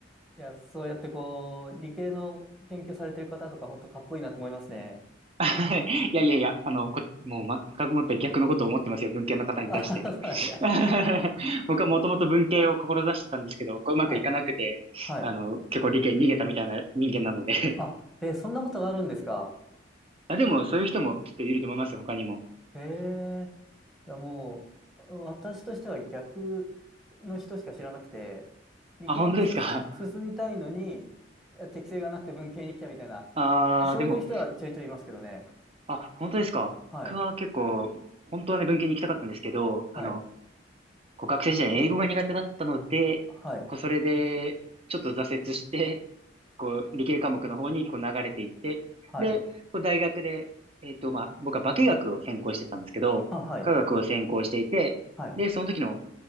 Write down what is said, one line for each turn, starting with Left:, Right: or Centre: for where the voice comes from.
Centre: いや、そうやってこう、理系の研究されてる方とか、本当かっこいいなと思いますね。
Right: <laughs> いやいやいや、あの、こ、もう全くもって逆のことを思ってますよ。文系の方に対して。
Centre: あはは、そうなんですか。
Right: <laughs> 僕はもともと文系を志してたんですけど、こううまくいかなくて、
Centre: はい、はい。
Right: あの、結構理系に逃げたみたいな人間なので
Centre: あ、えーそんなことがあるんですか
Right: <laughs> あ、でもそういう人もきっといると思いますよ、他にも。
Centre: へえ。いや、もう、私としては逆の人しか知らなくて、理系にす進みたいのに、
Right: あ、本当ですか。
Centre: いや適性がなくて文系に来たみたいな、
Right: <laughs> あー、
Centre: そういう人はちょいちょいいますけどね。
Right: でも、あ、本当ですか。
Centre: はい、
Right: 僕は結構、本当はね、文系に行きたかったんですけど、あの、
Centre: はい、
Right: こう学生時代英語が苦手だったので、
Centre: はい、
Right: こうそれで、ちょっと挫折して、こう、理系科目の方にこう流れていって、
Centre: はい。
Right: で、こう大学で、えっと、まあ、僕は化学を専攻してたんですけど、
Centre: あ、はい、
Right: 科学を専攻していて、
Centre: はい。
Right: で、その時の、